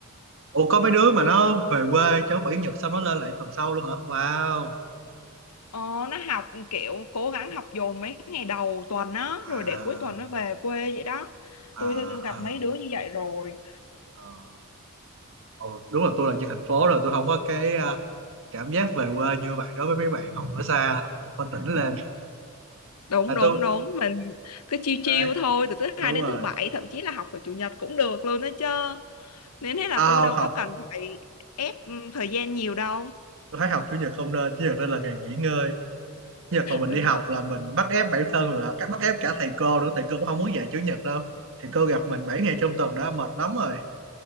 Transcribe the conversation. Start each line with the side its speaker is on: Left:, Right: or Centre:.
Right: ủa có mấy đứa mà nó về quê cháu bảy nhật xong nó lên lại tuần sau luôn hả wow
Left: Ờ, nó học kiểu cố gắng học dồn mấy ngày đầu tuần á
Right: à
Left: rồi để cuối tuần nó về quê vậy đó
Right: à
Left: tôi, tôi gặp
Right: à,
Left: mấy đứa như vậy rồi
Right: à. Ồ, đúng là tôi là dân thành phố rồi tôi không có cái à, cảm giác về quê như vậy đối với mấy bạn học ở xa học ở tỉnh lên
Left: đúng
Right: là
Left: đúng
Right: tôi
Left: đúng mình cứ chiêu
Right: đấy
Left: chiêu thôi từ thứ
Right: đúng
Left: hai đến
Right: rồi
Left: thứ bảy thậm chí là học vào chủ nhật cũng được luôn đó chứ nên thế là
Right: à,
Left: tôi đâu
Right: không học
Left: có cần phải ép ừ, thời gian nhiều đâu
Right: tôi thấy học chủ nhật không nên chủ nhật nên là ngày nghỉ ngơi chủ nhật mà mình
Left: đúng
Right: đi học
Left: đúng
Right: là mình bắt ép bản thân là các bắt ép cả thầy cô nữa thầy cô cũng không muốn dạy chủ nhật đâu thầy cô gặp mình 7 ngày trong tuần đã mệt lắm rồi